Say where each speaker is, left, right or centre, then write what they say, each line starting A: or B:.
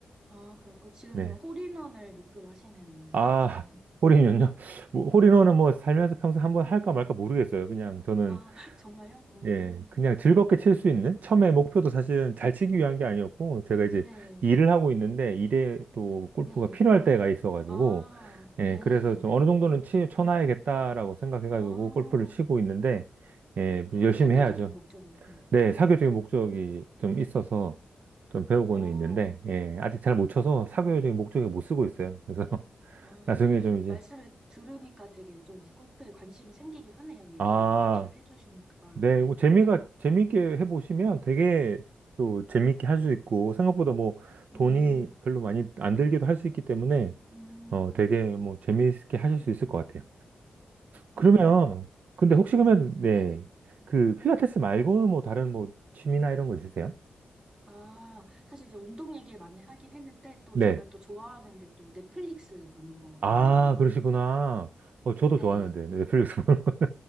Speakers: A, on the right; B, on the right.
A: 아, 그럼 어, 지금
B: 네.
A: 뭐 홀인원을 목표로 하시는
B: 아,
A: 건지. <laughs>
B: 홀인원요? <laughs> 뭐, 홀인원은 뭐 살면서 평소 한번 할까 말까 모르겠어요. 그냥 저는
A: 아, 정말요? 어,
B: 예, 그냥 즐겁게 칠 수 있는? 처음에 목표도 사실은 잘 치기 위한 게 아니었고, 제가 이제
A: 네,
B: 일을 하고 있는데, 일에 또 골프가
A: 네.
B: 필요할 때가 있어가지고,
A: 아,
B: 예,
A: 네.
B: 그래서 좀 어느 정도는 치, 쳐놔야겠다라고 생각해가지고
A: 아,
B: 골프를 치고 있는데, 예,
A: 아,
B: 열심히
A: 사교적인
B: 해야죠.
A: 목적으로. 음.
B: 네, 사교적인 목적이 좀 있어서 좀 배우고는
A: 어,
B: 있는데, 예, 아직 잘 못 쳐서
A: 음,
B: 사교적인 목적에 못 쓰고 있어요. 그래서 <laughs>
A: 아,
B: 나중에 좀 이제,
A: 말씀을 들으니까 되게 좀 골프에 관심이 생기긴 하네요. 얘기를
B: 아,
A: 또 잘 해주시니까.
B: 네,
A: 네.
B: 뭐 재미가 재밌게 해보시면 되게 또 재밌게 할 수 있고 생각보다 뭐
A: 음,
B: 돈이 별로 많이 안 들기도 할 수 있기 때문에
A: 음,
B: 어 되게 뭐 재미있게 하실 수 있을 것 같아요.
A: 아,
B: 그러면 근데
A: 잘
B: 혹시
A: 들었습니다.
B: 그러면 네.
A: 네.
B: 그 필라테스 말고는 뭐 다른 뭐 취미나 이런 거 있으세요?
A: 아, 사실 이제 운동 얘기를 많이 하긴 했는데 또
B: 네.
A: 제가 또 좋아하는 게 또 넷플릭스 보는 거거든요.
B: 아, 그러시구나. 어 저도
A: 네.
B: 좋아하는데 넷플릭스 <laughs>